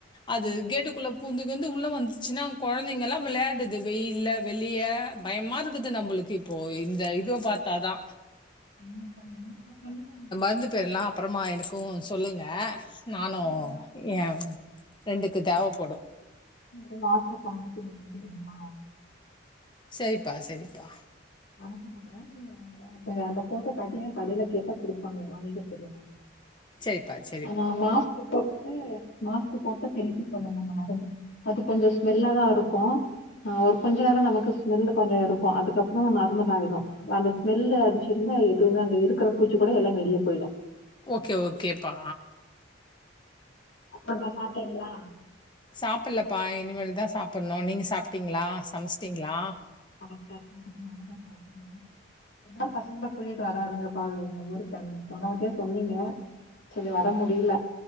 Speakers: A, on the left; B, on the left.
A: அது
B: ஓ
A: கேட்டுக்குள்ள போ புந்து கிவ்ந்து உள்ள வந்துச்சுன்னா கெழந்தைங்கலாம் வெளையாடுது வெயில்ல வெளிய பயமா இருக்குது நம்பளுக்கு இப்போ இந்த இதுவ பாத்தாதா
B: உம் ப்பா எங்க பாத்தாலும்
A: வந்து போயிர்லா அப்றமா எனக்கும் சொல்லுங்க நானும்
B: சரிப்பா
A: ஏ பிரெண்டுக்கு தேவபடு
B: எ வாட்ஸ்அப் அவுங்களுக்கு இருக்குனு தெரியுமா
A: சேரிப்பா சரிப்பா
B: அந்த அந்த போட்டோ பாத்திங்கனா கடையில கேட்டா குடுப்பாங்க வாங்கிக்க சொல்லுங்க
A: சேரிப்பாச்சே
B: ஆனா மாஸ்க் போட்டுட்டு மாஸ்கு போட்டு தெளிக்க சொல்லுங்க அந்த மருந்து அது கொஞ்சோ ஸ்மெல்ல தா இருக்கும் ஆ ஒரு கொஞ்ச நேரோ நமக்கு ஸ்மெல்லு கொஞ்சோ இருக்கும் அதுக்கப்றோ நார்மல் ஆயிடும் அந்த ஸ்மெல்ல அடிச்சிர்ந்த எதுவுமே அங்க இருக்கிற பூச்சி கூட எல்லா வெளிய போயிடும்
A: ஓகே ஓகேப்பா
B: அப்றம்பா சாப்ட்டிங்ளா
A: சாப்டலப்பா இனிமேல் தா சாப்டணு நீங்க சாப்ட்டீங்களா சமச்சிட்டீங்ளா
B: கரைக்டா <unintelligible> பாக்க முடியும் என்னால பசங்கள கூட்டிட்டு வர்றாறுங்கக்கா எங்க ஊருக்கு போனவாட்டியே சொன்னீங்க சேரி வர முடியல